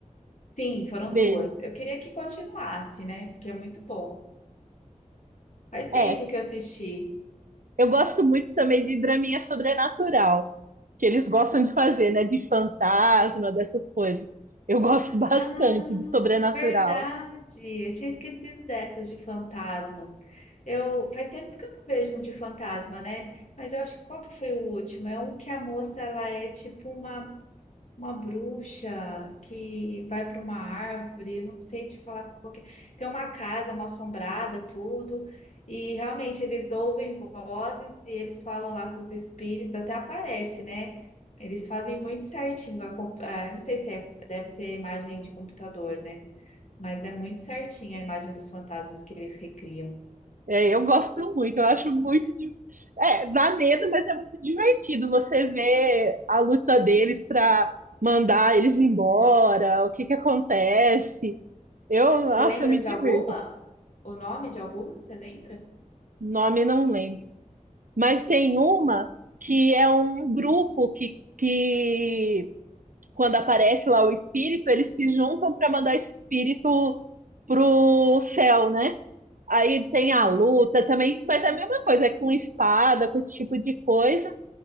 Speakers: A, on the left; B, on the right.
A: Sim, foram
B: Dele.
A: duas. Eu queria que continuasse, né? Porque é muito bom. Faz tempo
B: É,
A: que eu assisti.
B: eu gosto muito também de draminha sobrenatural, que eles gostam de fazer, né? De fantasma, dessas coisas. Eu gosto
A: Ah,
B: <laughs> bastante de sobrenatural.
A: é verdade. Eu tinha esquecido dessas de fantasma. Eu faz tempo que eu não vejo um de fantasma, né? Mas eu acho que qual que foi o último? É um que a moça ela é tipo uma uma bruxa que vai para uma árvore, não sei te falar qual que é. Tem uma casa mal assombrada, tudo. E realmente eles ouvem vozes e eles falam lá com os espíritos, até aparece, né? Eles fazem muito certinho. A, com- ah, eu não sei se é, deve ser imagem de computador, né? Mas é muito certinho a imagem dos fantasmas que eles recriam.
B: É, eu gosto muito, eu acho muito. di- É, dá medo, mas é muito divertido você ver a luta deles para mandar eles embora, o que que acontece. Eu, nossa,
A: Você lembra
B: eu me
A: de
B: divirto.
A: alguma? O nome de alguma? Você lembra?
B: Nome não lembro. Mas tem uma que é um grupo que, que quando aparece lá o espírito, eles se juntam para mandar esse espírito pro céu, né? Aí tem
A: Hum.
B: a luta também, mas é a mesma coisa, é com espada, com esse tipo de coisa,